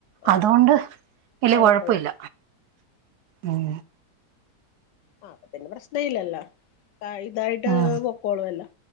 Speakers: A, on the left; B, on the right.
A: ആഹ്
B: അതുകൊണ്ട് വല്ല്യ
A: കൊഴപ്പല്ല
B: കൊഴപ്പില്ല ഉ
A: ആ അപ്പ പിന്നെ പ്രശ്നം ഇല്ലല്ലോ ഇതായിട്ട്
B: ഉം
A: പൊക്കോളുലോ